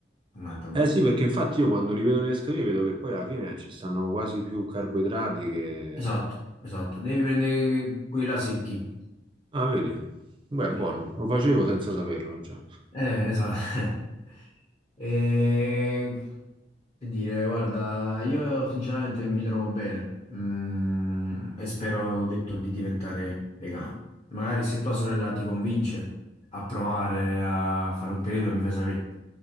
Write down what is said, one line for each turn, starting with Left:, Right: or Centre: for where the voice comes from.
Left: fondamentalmente.
Right: Eh sì, perché infatti io quando li vedo nelle scatole vedo che poi alla fine ci stanno quasi più carboidrati che...
Left: Esatto, esatto. Devi prendere quelli là secchi.
Right: Ah, vedi? Beh, buono,
Left: Sì.
Right: lo facevo senza saperlo. cioè.
Left: Eh, esatto. <laughs> E che dire, guarda, io sinceramente mi trovo bene Mm, e spero, ho detto, di diventare vegano. Magari se tua sorella ti convince a provare a fare un periodo, mi fai sapere.